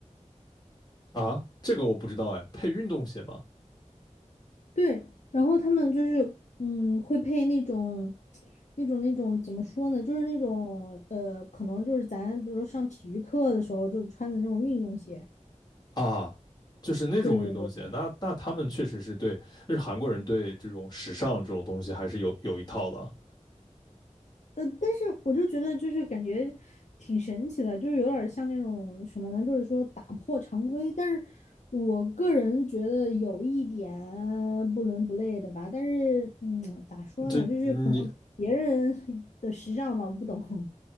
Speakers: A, on the left; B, on the left.
A: 啊，这个我不知道哎，配运动鞋吗？
B: 对，然后他们就是嗯会配那种那种那种怎么说呢，就是那种呃，可能就是咱比如说上体育课的时候就穿的那种运动鞋，
A: 啊，就是那种运动鞋，
B: 对对对。
A: 那那他们确实是对，就是韩国人对这种时尚这种东西还是有有一套的。
B: 呃，但是我就觉得就是感觉挺神奇的，就是有点像那种什么呢，就是说打破常规。但是我个人觉得有一点不伦不类的吧。但是嗯，咋说呢，
A: 这你
B: 就是可能别人 <laughs> 的时尚吧，我不懂。